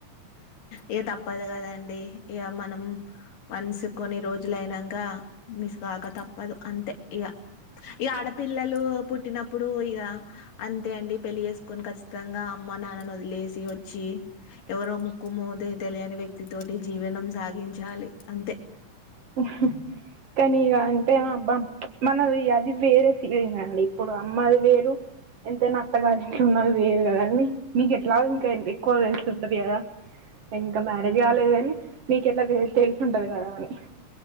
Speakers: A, on the left; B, on the right.
A: ఇక తప్పదు కదండి. ఇక మనం వన్స్ కొన్ని రోజులు అయినంక మిస్ కాక తప్పదు. అంతే ఇగా ఇ ఆడపిల్లలు పుట్టినప్పుడు, ఇగ అంతే అండి పెళ్ళి చేసుకొని ఖసితంగా అమ్మ నాన్నని వదిలేసి వచ్చి ఎవరో ముక్కుమోదే తెలియని, వ్యక్తితోటి జీవనం సాగించాలి అంతే
B: హుహ్మ్ కానీ ఇక అంటే అబ్బాం ప్చ్ మనది అది వేరే ఫీలింగ్ అండి. ఇప్పుడు అమ్మది వేరు ఎంతైనా అత్తగారింట్లో ఉన్నది. వేరు కదండి నీకు ఎట్లావుంటే ఎక్కువగా తెలుసుంటది. కదా ఇంకా మ్యారేజ్ కాలేద్. అని మీకెట్లా తెల్స్ తేలుసుంటది. కదా అని